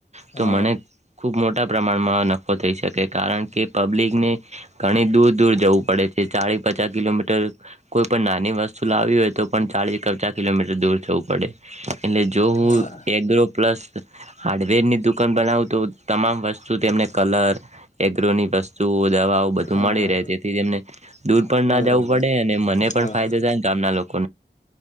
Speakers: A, on the right; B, on the left.
A: તો
B: હા
A: મને ખુબ મોટા પ્રમાણમાં નફો થઈ શકે કારણ કે પબ્લિકને ઘણી દૂર દૂર જવું પડે છે ચાળી પચાસ કિલોમીટર કોઈ પણ નાની વસ્તુ લાવી હોય. તો પણ ચાલીસ કબચા કિલોમીટર દૂર થવું પડે એટલે જો હું
B: હા હા
A: એગ્રો પ્લસ હાર્ડવેરની દુ કાન બનાવું તો તમામ વસ્તુ તેમને કલર એગ્રોની વસ્તુ જો દવાઓ બધું
B: હા
A: મળી
B: હા
A: રહે તેથી તેમને દૂર પણ ના
B: બરોબર
A: જવું પડે અને મને પણ
B: હા
A: ફાયદો થાય ગામના લોકો